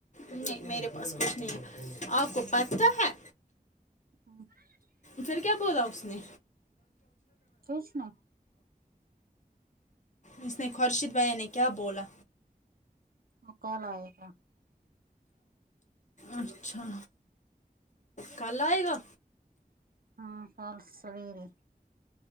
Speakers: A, on the left; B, on the right.
A: نہیں میرے پاس کچھ نہیں ہے آپ کو پتہ ہے
B: ہاں
A: پھر کیا بولا اس نے
B: کچھ نہیں
A: اس نے خورشید بھیا نے کیا بولا
B: وہ کل آئے گا
A: اچھا کل آئے گا
B: ہاں کال سویرے